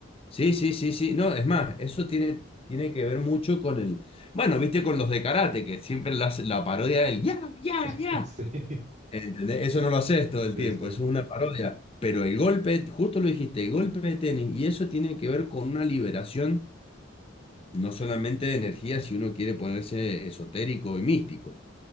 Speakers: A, on the left; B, on the right.
A: Sí, sí, sí, sí, no, es más, eso tiene, tiene que ver mucho con el, bueno, viste con los de karate, que siempre la, la parodia del ya, ya,
B: <laughs>
A: ya.
B: Sí,
A: ¿Entendés? Eso no lo haces todo el
B: sí,
A: tiempo,
B: sí,
A: eso es una parodia. Pero el golpe, justo lo dijiste, el golpe de tenis, y eso tiene que ver con una liberación, no solamente de energía, si uno quiere ponerse esotérico y místico,